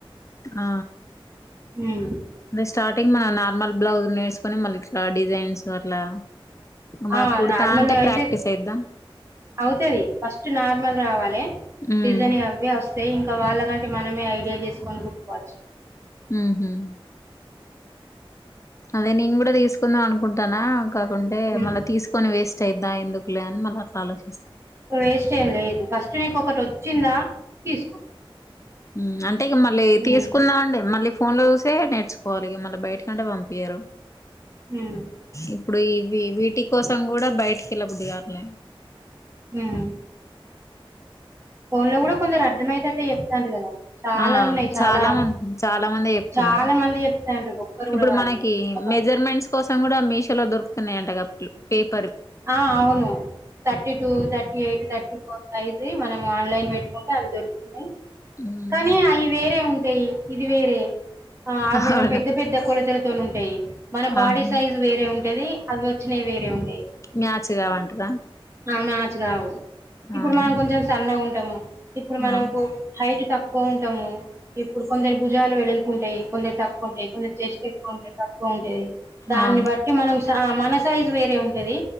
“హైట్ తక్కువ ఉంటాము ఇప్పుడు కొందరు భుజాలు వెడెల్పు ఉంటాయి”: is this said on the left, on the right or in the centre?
Right